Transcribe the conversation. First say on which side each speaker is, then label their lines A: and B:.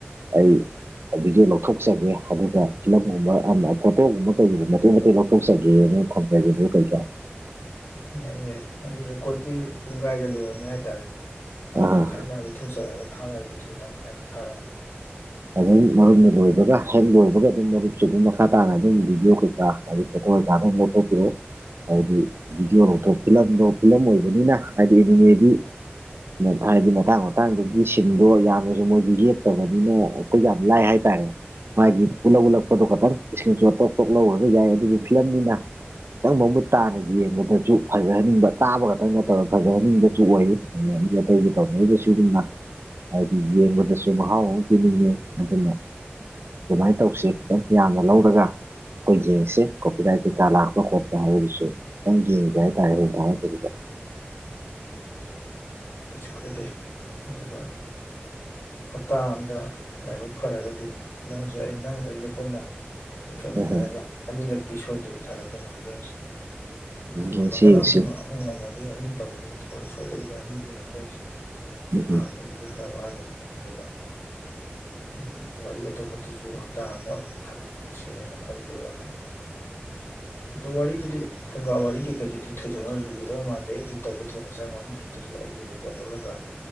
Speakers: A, on the right; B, on the left.
A: ꯑꯩ ꯑꯩ ꯚꯤꯗꯤꯑꯣ ꯂꯧꯊꯣꯛꯆꯒꯦ ꯑꯗꯨꯒ ꯐꯤꯂꯝꯒꯨꯝꯕ ꯑꯃ ꯐꯣꯇꯣꯒꯨꯝꯕ ꯀꯩꯒꯨꯝꯕ ꯃꯇꯦꯛ ꯃꯇꯦꯛ ꯂꯧꯊꯣꯛꯆꯒꯦꯅ ꯊꯝꯖꯒꯦꯕꯨ ꯀꯩꯀꯥꯏ
B: ꯌꯥꯏ ꯌꯥꯏ ꯑꯗꯨ ꯔꯦꯀꯣꯠꯇꯤ ꯄꯨꯡꯈꯥꯏꯗ ꯂꯣꯏꯔꯅꯤ ꯍꯥꯏꯇꯥꯔꯦ꯫ ꯑꯥꯏ
A: ꯑꯥ
B: ꯇꯪꯈꯥꯏ ꯃꯥꯗꯤ ꯊꯨꯆꯔꯛꯒ ꯊꯥꯔꯛꯑꯒꯦ ꯑꯗꯨꯒ ꯇꯪꯈꯥꯏ ꯑꯃ ꯊꯥꯔꯛꯑꯅꯤ
A: ꯑꯗꯨꯝ ꯃꯔꯨꯞꯅ ꯂꯣꯏꯕꯒ ꯍꯦꯛ ꯂꯣꯏꯕꯒ ꯑꯗꯨꯝ ꯃꯔꯨꯞꯁꯦ ꯑꯗꯨꯝ ꯃꯈꯥ ꯇꯥꯅ ꯑꯗꯨꯝ ꯚꯤꯗꯤꯑꯣ ꯀꯩꯀꯥ ꯍꯥꯏꯗꯤ ꯐꯣꯇꯣ <unintelligible> ꯄꯤꯔꯣ <inaudible> ꯍꯥꯏꯗꯤ ꯚꯤꯗꯤꯑꯣ ꯂꯧꯊꯣꯛ ꯐꯤꯂꯝꯗꯣ ꯐꯤꯂꯝ ꯑꯣꯏꯕꯅꯤꯅ ꯍꯥꯏꯗꯤ ꯑꯦꯅꯤꯃꯦꯗꯤ <unintelligible> ꯃꯇꯥꯡ ꯃꯇꯥꯡꯗꯨꯒꯤ ꯁꯤꯟꯗꯣ ꯌꯥꯝꯅꯁꯨ ꯃꯣꯏꯁꯨ ꯌꯦꯛꯇꯕꯅꯤꯅ ꯑꯩꯈꯣꯏ ꯌꯥꯝ ꯂꯥꯏ ꯍꯥꯏꯇꯥꯔꯦ ꯃꯥꯒꯤ
B: ꯎꯝ
A: ꯄꯨꯂꯞ ꯎꯜꯂꯛꯄꯗꯣ ꯈꯇꯪ ꯏꯁꯀ꯭ꯔꯤꯟꯁꯣꯠ ꯇꯣꯡ ꯇꯣꯛ ꯂꯧꯔꯒ ꯌꯥꯏ ꯑꯗꯨꯕꯨ ꯐꯤꯂꯝꯅꯤꯅ ꯈꯤꯇꯪ ꯃꯃꯨꯠ ꯇꯥꯅ ꯌꯦꯡꯕꯗꯁꯨ ꯐꯖꯍꯟꯅꯤꯡꯕ ꯇꯥꯕ ꯈꯛꯇꯪ ꯅꯠꯇꯅ ꯐꯖꯍꯟꯅꯤꯡꯕꯁꯨ ꯑꯣꯏꯌꯦ <unintelligible> ꯃꯤ ꯑꯇꯩꯒꯤ ꯇꯧꯅꯔꯤꯕ ꯁꯤꯒꯨꯝꯅ ꯍꯥꯏꯗꯤ ꯌꯦꯡꯕꯗꯁꯨ ꯃꯍꯥꯎ ꯑꯃ ꯄꯤꯅꯤꯡꯉꯤ ꯑꯗꯨꯅ ꯑꯗꯨꯃꯥꯏꯅ ꯇꯧꯁꯤ ꯈꯤꯇꯪ ꯌꯥꯝꯅ ꯂꯧꯔꯒ ꯑꯩꯈꯣꯏ ꯌꯦꯡꯁꯦ ꯀꯣꯄꯤꯔꯥꯏꯠ ꯀꯩꯀꯥ ꯂꯥꯛꯄ ꯈꯣꯠꯄ ꯍꯧꯔꯤꯁꯦ ꯅꯪ ꯌꯦꯡꯒꯦ ꯍꯥꯏꯇꯥꯔꯦ ꯍꯣꯡ ꯐꯥꯔꯛꯇꯕꯤꯗ
B: ꯀꯩꯁꯨ ꯀꯥꯏꯗꯦ ꯗꯨꯗꯨꯒ ꯍꯞꯇꯥ ꯑꯝꯗ ꯂꯥꯏꯕꯛ ꯐꯔꯒꯗꯤ ꯅꯪꯁꯦ ꯑꯩ ꯅꯪꯒ ꯑꯩꯒ ꯄꯨꯟꯅ ꯂꯤꯈꯠꯃꯤꯟꯅꯔꯒ
A: ꯎꯝ
B: ꯑꯅꯤꯔꯛꯇꯤ ꯁꯣꯏꯗꯕꯤ ꯊꯥꯒꯛꯄ ꯉꯝꯕ꯭ꯔ ꯌꯦꯡꯁꯤ <unintelligible> ꯑ ꯉꯝꯃꯒꯅ
A: ꯌꯦꯡꯁꯤ ꯌꯦꯡꯁꯤ
B: ꯑꯍꯨꯝꯒ ꯑꯍꯣꯡ ꯉꯝꯃꯗꯤ ꯑꯍꯨꯝ ꯇꯧꯋꯦ ꯅꯨꯀꯣ ꯁꯣꯏꯗꯕꯤꯗ ꯑꯅꯤꯗꯤ ꯉꯝꯕ꯭ꯔꯥꯁꯤ
A: ꯎꯝ
B: ꯑꯍꯥꯟꯕꯒꯤꯗꯤ ꯈꯔ ꯋꯥꯒꯅꯤ ꯑꯗꯨꯒ
A: <unintelligible> <inaudible>
B: ꯎꯝ ꯋꯥꯔꯤ ꯑꯇꯣꯞꯄꯗꯨꯁꯨ ꯍꯞꯇꯥ ꯑꯝꯗ ꯑꯃꯨꯃꯨꯛ ꯊꯥꯒꯠꯆꯁꯦ ꯍꯥꯏꯅ ꯈꯜꯂꯤ ꯑꯩ ꯋꯥꯈꯟꯗ
A: <inaudible>
B: ꯑꯗꯨ ꯋꯥꯔꯤꯗꯨꯗꯤ ꯐꯨꯡꯒꯥ ꯋꯥꯔꯤ ꯀꯩꯀꯩꯗꯨꯗꯤ ꯊꯣꯏꯗꯣꯛꯅ ꯂꯨꯒꯗꯕ ꯃꯥꯟꯗꯦ ꯑꯩꯗꯤ ꯇꯧꯕ ꯊꯣꯏꯅ ꯆꯪꯉꯅꯤ ꯃꯔꯛꯇꯖꯨ ꯑꯩ ꯔꯦꯀꯣꯔꯠ ꯂꯧꯔꯒ